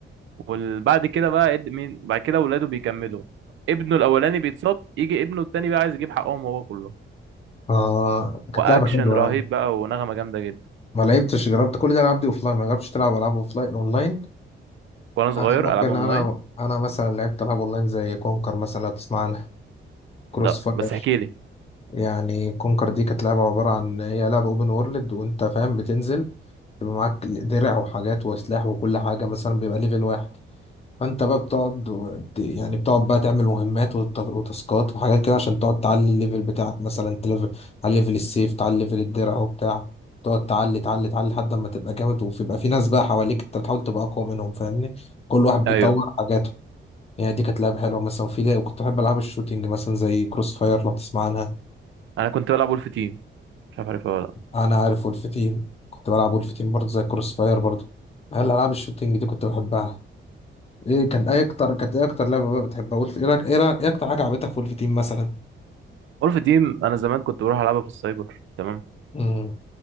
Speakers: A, on the right; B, on the left.
A: وبعد كده بقى اد- مين بعد كده ولاده بيكملوا ابنه الاولاني بيتصاب يجي ابنه التاني بقى عايز يجيب حقهم هو كله
B: اه كانت
A: واكشن
B: لعبه حلوه
A: رهيب
B: يعني
A: بقى ونغمه جامده جدا
B: ما لعبتش جربت كل دي الالعاب دي اوفلاين ما جربتش تلعب العاب اوفلاين اونلاين
A: وانا صغير
B: انا ممكن
A: العاب اونلاين
B: انا انا مثلا لعبت العاب اونلاين زي كونكر مثلا لو تسمع عنها. كروس
A: لا
B: فاير
A: بس احكي لي
B: يعني كونكر دي كانت لعبة عبارة عن هي لعبة اوبن وورلد وانت فاهم بتنزل يبقى معاك درع وحاجات وسلاح وكل حاجة مثلا بيبقى ليفل واحد فانت بقى بتقعد و- ت- يعني بتقعد بقى تعمل مهمات وت- وتاسكات وحاجات كده عشان تقعد تعلي الليفل بتاعك مثلا تليفل على ليفل السيف تعلي ليفل الدرع وبتاع تقعد تعلي تعلي تعلي لحد ما تبقى جامد وبيبقى في ناس بقى حواليك انت بتحاول تبقى اقوى منهم فاهمني كل واحد بيطور
A: ايوه
B: حاجاته يعني دي كانت لعبة حلوة مثلا وفي لعبة- كنت بحب العاب الشوتينج مثلا زي كروس فاير لو تسمع عنها
A: انا كنت بلعب ولف تيم مش عارف عارفها ولا لأ.
B: انا عارف ولف تيم كنت بلعب ولف تيم برضه زي كروس فاير برضه انا العاب الشوتينج دي كنت بحبها ايه كان ايه اكتر كانت ايه اكتر لعبه بقى بتحبها ولف ايه رأيك- ايه رأيك- إيه اكتر حاجه عجبتك في ولف تيم مثلا
A: وولف تيم انا زمان كنت بروح العبها في السايبر تمام
B: امم